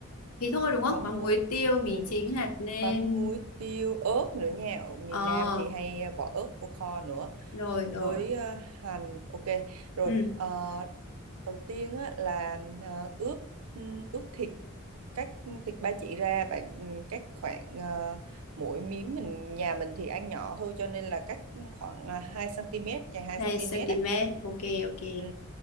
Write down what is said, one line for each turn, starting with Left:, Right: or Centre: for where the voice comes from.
Left: thì thôi đúng không?
Right: mắm
Left: Mắm
Right: muối
Left: muối tiêu, mì
Right: ừ,
Left: chính, hạt nêm.
Right: mắm muối tiêu ớt nữa nha ở miền
Left: Ờ,
Right: Nam thì hay bỏ ớt vô kho nữa
Left: rồi
Right: Ừ,
Left: rồi.
Right: với ờ, hành ok rồi
Left: Ừ,
Right: ờ, đầu tiên á, là ờ, ướp ừm, ướp thịt cắt thịt ba chỉ ra bạn ừm, cắt khoảng ờ, mỗi miếng mình nhà mình thì ăn nhỏ thôi cho nên là cắt khoảng ờ, 2 cm dài 2
Left: 2
Right: cm
Left: cm.
Right: á
Left: Ok, ok.
Right: Ừ.